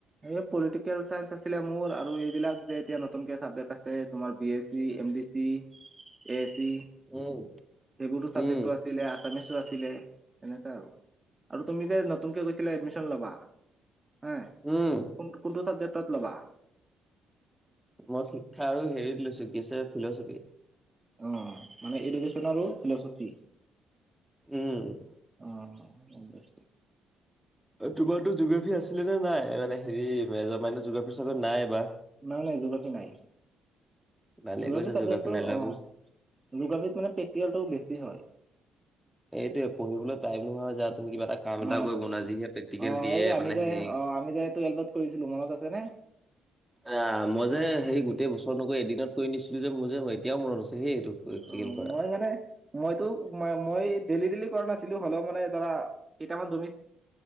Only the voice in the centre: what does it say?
উম
উম
উম।
মই শিক্ষা আৰু হেৰিত লৈছো কি আছে ফিলচফি।
উম'।
তোমাৰটো জিঅগ্ৰাফী আছিলে নে নাই, মানে হেৰি মেজৰ মাইনত জিঅগ্ৰাফিৰ চাবজেক্ট নাই এইবাৰ।
ভালে
কৈছা
জোগ্ৰাফী নাই লোৱা
বুলি
এইটোৱে পঢ়িবলৈ টাইম নোহোৱা হৈ যায়, তুমি কিবা এটা কাম
এটা কৰিব নোৱাৰা, যিহে প্ৰেক্টিকেল
দিয়ে
মানে
হেৰি
<inaudible> অ', মই যে সেই গোটেই বছৰ নকৈ এদিনত কৰি নিছিলো যে মোৰ যে এতিয়াও মনত আছে সেই এইটো। প্ৰেক্টিকেল
কৰা।